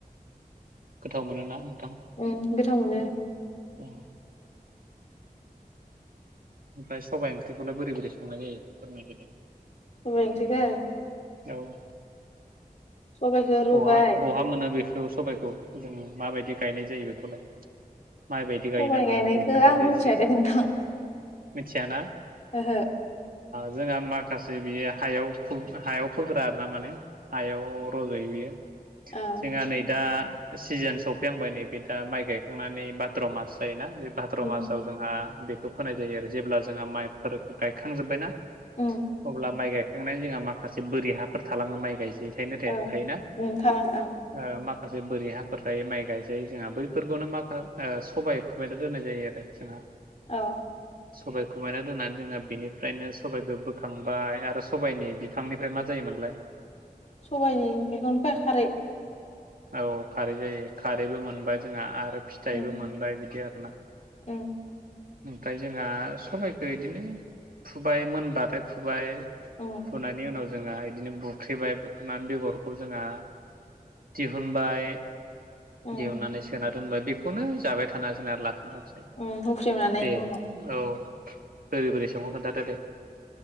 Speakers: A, on the right; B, on the left.
A: गोथाव मोनोना नोंथां?
B: उम गोथाव मोनो।
A: उम ओमफ्राय सबाइ ओंख्रिखौलाय बोरै बोरै संनाय जायो फोरमायदो दे।
B: सबाइ ओंख्रिखो
A: औ
B: सबाइखौ रुबाय
A: बहा बहा मोनो बेखौ सबाइखौ? जों माबायदि गायनाय जायो बेखौलाय? माइ बायदि गायो
B: सबाइ
A: नामा
B: गायनायखौ
A: दे खोन्थादो
B: आं मिथिया
A: एसे।
B: दे नोंथां
A: मिथिया ना?
B: ओहो
A: जोंहा माखासे बियो हायाव हायाव फोग्रा आरो ना माने। हायाव रज'यो बियो।
B: औ
A: जोंहा नै दा सिजोन सौफैखांबाय नैबे दा माइ गायखांनानै भाद्र मास जायोना बे भाद्र
B: उम
A: मासाव जोंहा बेखौ फोनाय जायो आरो जेब्ला जोंहा माइफोर गायखांजोब्बायना
B: उम
A: अब्ला माइ गायखांनानै जोंहा माखासे बोरि हाफोर थालाङो माइ गायजायि थायनो थाया
B: ओं
A: थायोना?
B: उम थालाङो ओं
A: ओ माखासे बोरि हाफोर थायो माइ गायजायो जोंहा बैफोरखौनो माखा- ओ सबाइखौ दोननाय जायो आरो जोंहा
B: औ
A: सबायाइ खुमायना दोननानै जोङो बिनिफ्रायनो सबबायखौ बोखांबाय आरो सबाइनि बिफांनिफ्राय मा जायोमोनलाय?
B: सबायाइनि बिफांनिफ्राय खारै
A: औ खारै जायो खारैबो मोनबाय जोंहा आरो फिथायाइबो
B: उम
A: मोनबाय बिदि आरोना।
B: उम
A: ओमफ्राय जोंहा सबाइखो बिदिनो फुबाय मोनबाथाय फुबाय।
B: उम
A: फुनायनि उनाव जोंहा बिदिनो बुख्रेबाय बुख्रेनानै बेगर खौ जोंहा दिहुनबाय
B: उम
A: दिहुननानै सोना दोनबाय बेखौनो जाबाय थानासै आरो लासै लासै
B: उम हुख्रेमनानै
A: दे
B: उनाव
A: औ बोरै बोरै सोंङो खोन्थादो दे